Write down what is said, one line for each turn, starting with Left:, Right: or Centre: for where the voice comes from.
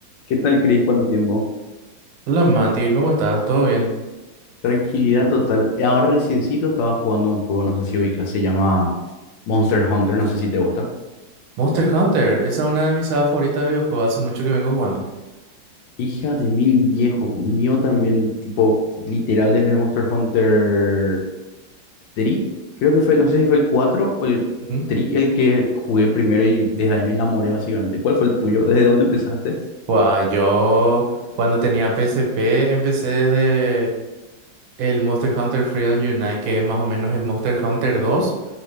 Left: ¿Qué tal, Cris? ¿Cuánto tiempo?
Right: Hola Mati, ¿cómo estás? ¿Todo bien?
Left: Tranquilidad total. Ahora reciencito estaba jugando un juego, no sé si ubicas, se llama Monster Hunter, no sé si te gusta.
Right: Monster Hunter, esa es una de mis sagas favoritas de videojuegos, hace mucho que vengo jugando.
Left: Hija de mil viejo, mío también, tipo, literal desde el Monster Hunter 3, creo que fue, no sé si fue el 4 o el
Right: Ujú.
Left: 3 el que jugué primero y desde ahí me enamoré básicamente. ¿Cuál fue el tuyo? ¿Desde dónde empezaste?
Right: Guau, yo cuando tenía PSP empecé desde el Monster Hunter Freedom Unite, que es más o menos el Monster Hunter 2,